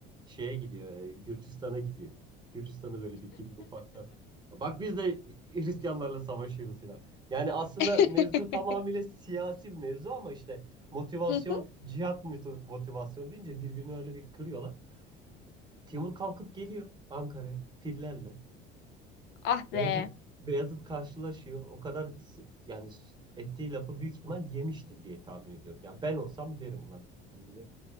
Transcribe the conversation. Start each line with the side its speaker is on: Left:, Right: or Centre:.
Right: şeye gidiyor, e, Gürcistan'a gidiyor. Gürcistan'a böyle bir giriyor ufaktan. Bak biz de Hristiyanlarla savaşıyoruz falan. Yani aslında
Left: <laughs>
Right: mevzu tamamıyla siyasi bir mevzu ama işte motivasyon,
Left: Hı hı.
Right: cihat motiv- motivasyonu deyince birbirini öyle bir kırıyorlar. Timur kalkıp geliyor Ankara'ya fillerle.
Left: Ah be.
Right: Beyazıt Beyazıt karşılaşıyor. O kadar si- yani s- ettiği lafı büyük ihtimal yemiştir diye tahmin ediyorum. Yani ben olsam derim lan biz ne